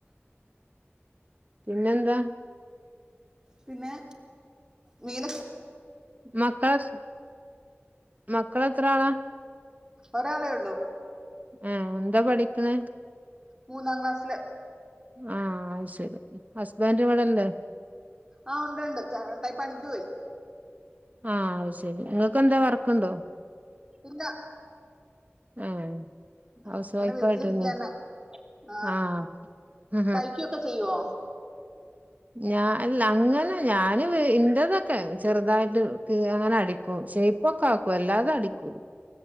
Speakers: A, on the right; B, on the right.
A: പിന്നെന്താ
B: പിന്നെ മീനൊക്കെ
A: മക്കൾസ് മക്കളെത്ര ആളാ
B: ഒരാളെയുള്ളൂ
A: ആഹ് എന്താ പഠിക്കുന്നെ
B: മൂന്നാം ക്ലാസ്സില്
A: ആഹ് അത് ശരി ഹസ്ബൻഡ് ഇവിടല്ലേ
B: ആഹ് ഉണ്ട് ഉണ്ട് ചേട്ടായി പണിക്ക് പോയി
A: ആഹ് അത് ശരി നിങ്ങൾക്ക് എന്താ വർക്കുണ്ടോ
B: ഇല്ല
A: ഏ
B: ഉം
A: ഹൗസ്
B: അങ്ങനെ
A: വൈഫ്
B: വെറുതെയിരിക്ക
A: ആയിട്ടന്നെ
B: തന്നെ ആഹ്
A: ആ ആ
B: തയിക്കുവൊക്കെ ചെയ്യുവോ
A: ഞാൻ അല്ല അങ്ങനെ ഞാന് ഇന്റെതൊക്കെ ചെറുതായിട്ട് കീ അങ്ങനെ അടി ഷേപ്പൊക്കെ ആക്കും അല്ലാതെ അടിക്കൂല്ല